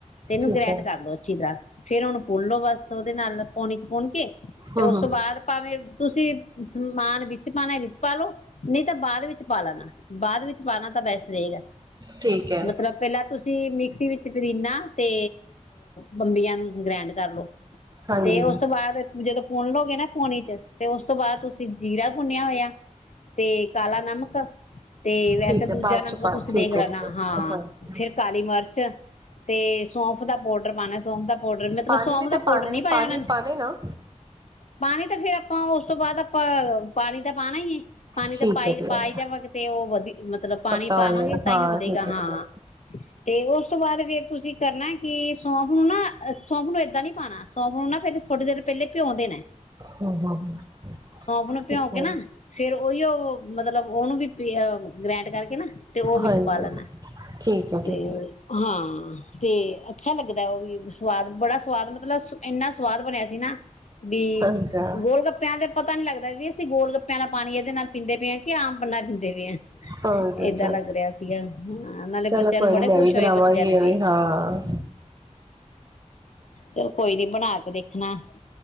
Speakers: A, on the left; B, on the right.
A: ਤੇ ਇਹਨੂੰ
B: ਠੀਕ
A: ਗ੍ਰੈਂਡ
B: ਹੈ
A: ਕਰ ਲੋ ਅੱਛੀ ਤਰ੍ਹਾਂ ਫੇਰ ਹੁਣ ਭੁੱਲਲੋ ਬਸ ਉਹਦੇ ਨਾਲ ਪਾਣੀ ਚ ਪੁਣ ਕੇ, ਤੇ
B: ਹਮ
A: ਉਸ
B: ਹਮ
A: ਤੋਂ ਬਾਅਦ ਭਾਵੇਂ ਤੁਸੀਂ ਸਮਾਨ ਵਿੱਚ ਪਾਣਾ ਵਿੱਚ ਪਾਾਲੋ ਨਹੀਂ ਤਾਂ ਬਾਅਦ ਵਿੱਚ ਪਾ ਲੈਣਾ। ਬਾਅਦ ਵਿੱਚ ਪਾਣਾ ਤਾਂ ਬੈਸਟ ਰਹੇਗਾ
B: ਠੀਕ ਹੈ
A: ਮਤਲਬ ਪਹਿਲਾਂ ਤੁਸੀਂ ਮਿਕਸੀ ਵਿੱਚ ਪਦੀਨਾ ਤੇ, ਬੰਬੀਆਂ ਨੂੰ ਗਰੈਂਡ ਕਰ ਲਓ।
B: ਹਾਂਜੀ
A: ਤੇ ਉਸ ਤੋਂ ਬਾਅਦ ਜਦੋਂ ਭੁਣ ਲਓਗੇ ਨਾ ਪਾਣੀ ਚ ਤੇ ਉਸ ਤੋਂ ਬਾਅਦ ਤੁਸੀਂ ਜੀਰਾ ਭੁੰਨਿਆ ਹੋਇਆ ਤੇ ਕਾਲਾ ਨਮਕ, ਤੇ ਵੈਸੇ
B: ਠੀਕ ਹੈ
A: ਦੂਜਾ
B: ਬਾਅਦ
A: ਨੰਕਾ
B: ਚ ਪਾ
A: ਤੁਸੀਂ
B: ਠੀਕ
A: ਦੇਖ ਲੇਨਾ
B: ਹੈ ਠੀਕ ਹੈ
A: ਹਾਂ
B: ਹਾਂਜੀ
A: ਫੇਰ ਕਾਲੀ ਮਿਰਚ ਤੇ ਸੌਂਫ ਦਾ, ਪੋਡਰ ਪਾਉਣਾ ਸੋਮ ਦਾ, ਪਾਡਰ ਮਤਲਬ
B: ਪਾਣੀ
A: ਸੌਂਫ
B: ਵੀ
A: ਦਾ
B: ਤੇ ਪਾਣਾ
A: ਪਾਊਡਰ ਨੀ ਪਾਇਆ
B: ਪਾਣੀ
A: ਉਹਨਾਂ ਨੇ
B: ਪਾਣੇ ਨਾ
A: ਪਾਣੀ ਤੇ ਫਿਰ, ਆਪਾਂ ਉਸ ਤੋਂ ਬਾਅਦ ਆਪਾਂ ਪਾਣੀ ਤਾਂ ਪਾਣਾ ਹੀ ਹੈ। ਪਾਣੀ
B: ਠੀਕ
A: ਤਾਂ ਪਾਈ
B: ਹੈ ਠੀਕ
A: ਪਾ ਜਾਵਾਂਗੇ। ਤੇ ਉਹ ਵਧੀ ਮਤਲਬ ਪਾਣੀ
B: ਪੱਤਾ
A: ਪਾਵਾਂਗੇ,
B: ਹੋ ਜਾਏਗਾ
A: ਤਾਂ
B: ਹਾਂ
A: ਹੀ ਵਧੇਗਾ
B: ਠੀਕ
A: ਹਾਂ
B: ਹੈ ਠੀਕ
A: ਤੇ ਉਸ ਤੋਂ ਬਾਅਦ ਫੇਰ ਤੁਸੀਂ ਕਰਨਾ ਕਿ। ਸੌਂਫ ਨੂੰ ਨਾ ਸੌਂਫ ਨੂੰ ਐਦਾ ਨੀ ਪਾਉਣਾ ਸੌਂਫ ਨੂੰ ਨਾ ਥੋੜੀ ਦੇਰ ਪਹਿਲੇ ਭਿਉਂ ਦੇਣਾ
B: ਹੂੰ ਹੂੰ ਹੂੰ
A: ਸੌਫ ਨੂੰ
B: ਠੀਕ
A: ਭਿਉ ਕੇ
B: ਹੈ
A: ਨਾ ਫੇਰ ਉਹੀ ਉਹ ਮਤਲਬ ਉਹਨੂੰ ਵੀ। ਵੀ ਅ ਗ੍ਰੈਂਡ ਕਰ ਕੇ ਨਾ ਤੇ ਉਹ ਵਿੱਚ
B: ਹਾਂਜੀ
A: ਪਾ ਲੈਣਾ।
B: ਠੀਕ ਹੈ
A: ਤੇ
B: ਠੀਕ ਹੈ
A: ਹਾਂ ਤੇ ਅੱਛਾ ਲੱਗਦਾ ਉਹ ਵੀ ਸਵਾਦ ਬੜਾ ਸਵਾਦ ਮਤਲਬ ਇੰਨਾ ਸਵਾਦ ਬਣਿਆ ਸੀ ਨਾ, ਵੀ
B: ਅੱਛਾ
A: ਗੋਲ ਗੱਪਿਆਂ ਤੇ ਪਤਾ ਨੀ ਲੱਗਦਾ ਵੀ ਚੀ ਗੋਲ ਗੱਪਿਆਂ ਆਲਾ ਪਾਣੀ ਇਹਦੇ ਨਾਲ ਪੀਂਦੇ ਪਏ ਆ ਕਿ ਆਮ ਪੰਨਾ ਪੀਂਦੇ <unintelligible>
B: ਹਾਂਜੀ ਅੱਛਾ
A: ਇਦਾਂ ਲੱਗ ਰਿਹਾ ਸੀਗਾ। ਹਾਂ, ਉਹਨਾਂ ਨੇ
B: ਚਲੋ
A: ਬੱਚਿਆਂ
B: ਕੋਈ
A: ਨੂੰ ਬੜੇ
B: ਨੀ
A: ਖੁਸ਼
B: ਮੈਂ ਵੀ ਬਣਾਵਾਂਗੀ
A: ਹੋਏ ਬੱਚਿਆਂ ਨੇ
B: ਐਵੇਂ
A: ਵੀ।
B: ਹਾਂ
A: ਚਲੋ ਕੋਈ ਨੀ ਬਣਾ ਕੇ ਦੇਖ <unintelligible>